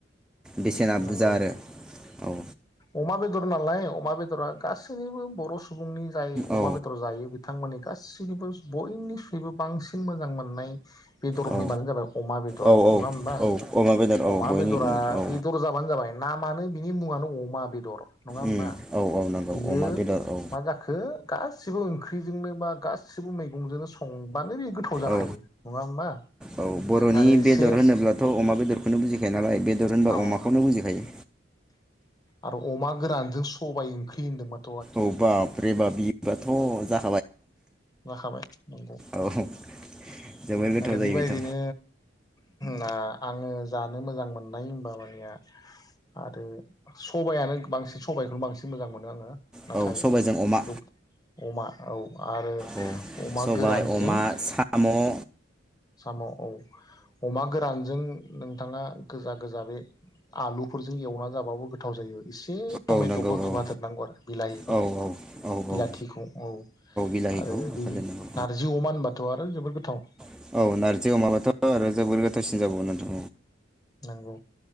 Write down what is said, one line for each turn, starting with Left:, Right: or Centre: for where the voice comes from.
Centre: बेसेना बुरजा
Left: नंगौ
Centre: आरो औ
Left: अमा बेदर नालाय अमा बेदरा गासैनिबो बर स सुबुंनि जाय अमा
Centre: औ
Left: बेदर जायो बिथांमोननि गासिनिबो बयनिफ्रायबो बांसिन मोजां मोननाय बेदर
Centre: औ
Left: होनबानो जाबाय अमा बेदर
Centre: औ औ
Left: नङा होमबा
Centre: औ अमा बेदर औ
Left: अमा
Centre: बयनि
Left: बेदरा
Centre: औ
Left: जाबानो जाबाय नामानो बिनि मुङानो अमा बेदर नङा होमबा
Centre: उम औ औ नंगौ
Left: बियो
Centre: अमा बेदर औ
Left: मा जाखो गासिबोओं ख्रिजोंनो बा गासिबो मैं गंजों संबानो बे गोथाव जाखायो
Centre: औ
Left: नङा होमबा
Centre: औ बर'नि
Left: आरो एसे
Centre: बेदर होनोब्लाथ' अमा बेदरखौनो बुजिखायो नालाय बेदर होनबा
Left: औ
Centre: अमाखौनो बुजिखायो
Left: आरो अमा गोरानजों सबाय ओंख्रि होन्दोंमोन
Centre: औ बाबब्रेबाब बिबाथ जा
Left: जाखाबाय नोंगौ
Centre: औ जोबोर गोथाव
Left: आरो
Centre: जायो
Left: बेबायदिनो
Centre: बेथ'
Left: ना आङो जानो मोजां मोननाय होमबा मानिया आरो सबाइयानो बांसि‌ सबाइखौनो बांसिन मोजां मोनो आङो नाथाय
Centre: औ सबायजों अमा
Left: गोब अमा औ आरो
Centre: औ
Left: अमा
Centre: सबाय
Left: गोरानजों
Centre: अमा साम' औ
Left: साम औ अमा गोरानजों नोंथाङा गोजा गोजा बे आलुफोरजों एवना जाबाबो गोथाव जायो एसे
Centre: औ
Left: टमेटबो
Centre: नंगौ
Left: होफादेरनांगौ
Centre: औ
Left: आरो बिलाहिफोरखौ
Centre: औ औ
Left: बिलाथिखौ
Centre: औ
Left: औ
Centre: बिलाहिखौ
Left: आरो
Centre: होफादेरनांगौ
Left: बेवि नारजि अमा होनबाथ आरो जोबोर गोथाव
Centre: औ औ नारजि अमाबाथ' आरो जोबोर गोथावसिन जाबावो नोंथां
Left: नोंगौ